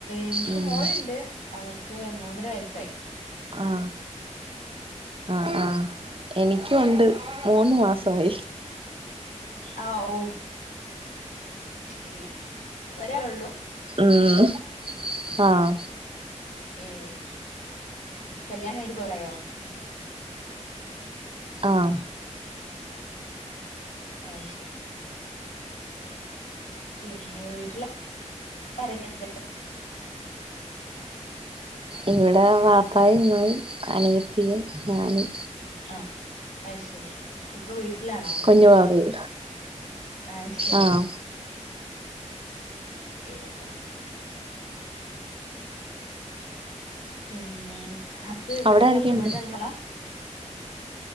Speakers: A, on the left; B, on the right.
A: എനിക്ക്
B: ഉം
A: മോള്ണ്ട് അവക്ക് മൂന്നര വയസ്സായി
B: ആഹ് ആഹ് ആഹ്
A: ഉം
B: എനിക്കൊണ്ട് മൂന്ന് മാസവായി
A: ആ ഓ ശരി ഒരാലുള്ളൂ
B: ഉം ആഹ്
A: ഏഹ് കല്യാണം കയിഞ്ഞിട്ട് കൊറായ്യോ?
B: ആഹ്.
A: ഐശേ പിന്നെ വീട്ട്ലാരൊക്കെണ്ട്?
B: ഇവിടെ വാപ്പായുമ്മായും അനിയത്തിയും ഞാനും
A: ആഹ് ഐ ശരി ഇപ്പൊ വീട്ടിലാണോ
B: കുഞ്ഞു വാവയും
A: ഐ ശരി
B: ആഹ്
A: ഏഹ് എ പിന്നെ ഹസ്സ് ഇവിടെള്ള
B: അവിടെ ആരൊക്കെയുണ്ട്
A: ഇവിടെള്ളളാ?